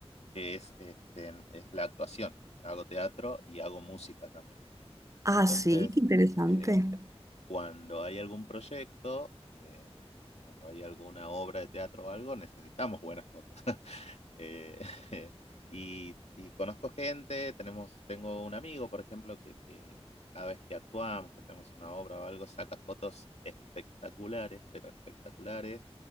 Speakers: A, on the left; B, on the right.
A: que es, este, es la actuación. Hago teatro y hago música también.
B: Ah,
A: Entonces,
B: sí, qué interesante.
A: eh, cuando hay algún proyecto, eh, cuando hay alguna obra de teatro o algo, necesitamos buenas fotos. <laughs> Eh, <laughs> y, y conozco gente, tenemos, tengo un amigo, por ejemplo, que, que cada vez que actuamos, que tenemos una obra o algo, saca fotos espectaculares, pero espectaculares,